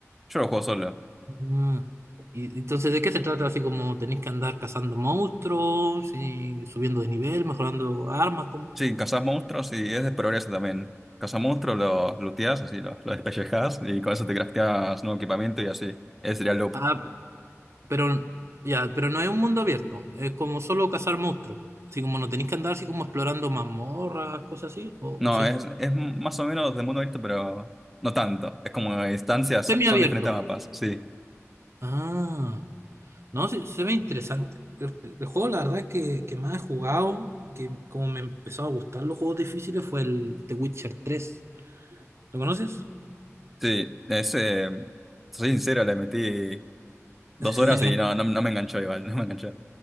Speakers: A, in the centre; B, on the right.
A: Yo lo juego solo.
B: Ah, y entonces, ¿de qué se trata? Así como tenéis que andar cazando monstruos y subiendo de nivel, mejorando armas, como...
A: Sí, cazas monstruos y es de progreso también. Cazas monstruos, los looteas, así, los, los despellejas y con eso te crafteas nuevo equipamiento y así. Ese sería el loop.
B: Ah, pero ya, pero no es un mundo abierto, es como solo cazar monstruos. Así como no tenéis que andar así como explorando mazmorras, cosas así, o,
A: No,
B: o sí.
A: es, es más o menos de mundo abierto, pero no tanto. Es como instancias,
B: Semi,
A: son
B: abierto.
A: diferentes mapas, sí.
B: Ah, no, se, se ve interesante. El, el juego, la verdad es que, que más he jugado, que como me empezó a gustar los juegos difíciles, fue el The Witcher tres ¿Lo conoces?
A: Sí, es, eh, soy sincero, le metí dos
B: <laughs>
A: horas y no, no, no me enganchó igual, <laughs> no me enganchó.